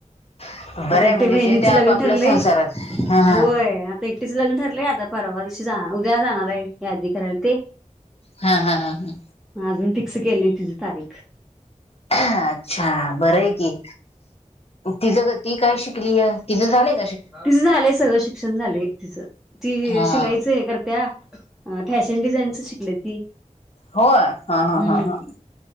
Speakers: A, on the left; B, in the centre.
A: हम् बरं
B: आता
A: आहे
B: एकटी
A: म्हणजे
B: बहिणीच
A: जे ते आप
B: लग्न
A: आपल्या
B: ठरलंय
A: संसारात हा
B: होय.
A: हा
B: तेेक्टीच लग्न ठरलंय आता परवा दिवशी जा उद्या जाणार आहे यादी करायला ती
A: हा हा हा हा
B: अजून फिक्स केले नाही तिची तारीख
A: अच्छा बरं ये की तिचं ती काय शिकलीय? तिचं झालं
B: तिचं झालंय सगळं शिक्षण झालंय तिचं ती
A: हा
B: शिलाईचं हे करत्या फॅशन डिझाईनच शिकले ती
A: होय हा हा
B: हम्म
A: हा हा